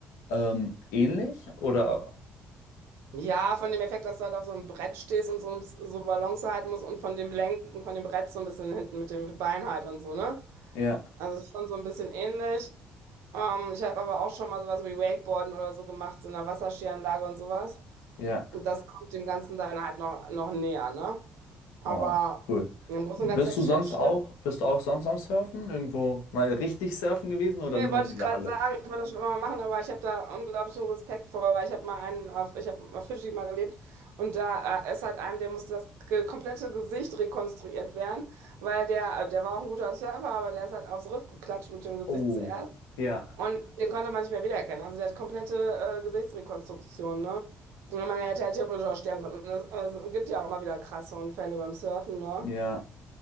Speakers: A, on the left; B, on the right.
A: ähm, ähnlich? Oder?
B: Ja, von dem Effekt, dass du halt auf so einem Brett stehst und so ein bisschen so Balance halten musst und von dem Lenken von dem Brett so ein bisschen hinten mit dem Bein halt und so, ne?
A: Ja,
B: Also ist schon so ein bisschen ähnlich. Ähm, ich habe aber auch schon mal sowas wie Wakeboarden oder so gemacht, so in einer Wasserskianlage und sowas.
A: ja.
B: Und das kommt dem Ganzen dann halt noch, noch näher, ne? Aber
A: Oh, cool.
B: im Großen
A: Bist
B: und Ganzen hätte
A: du
B: ich
A: sonst
B: halt Schiss,
A: auch, bist du auch sonst am Surfen? Irgendwo mal richtig surfen gewesen oder
B: Nee,
A: nur
B: wollte
A: in dieser
B: ich gerade
A: Halle?
B: sagen, ich wollte das schon immer mal machen, aber ich habe da unglaublichen Respekt vor, weil ich habe mal einen auf, ich habe auf Fidschi mal gelebt und da äh, ist halt einem, der musste das ge- komplette Gesicht rekonstruiert werden, weil der, äh, der war auch ein guter Surfer, aber der ist halt aufs Riff geklatscht mit dem Gesicht
A: Oh,
B: zuerst
A: ja,
B: und den konnte man nicht mehr wiedererkennen. Also der hat komplette äh, Gesichtsrekonstruktion, ne? Und man hätte halt theoretisch auch sterben können. Und es es gibt ja auch immer wieder krasse Unfälle beim Surfen, ne?
A: ja.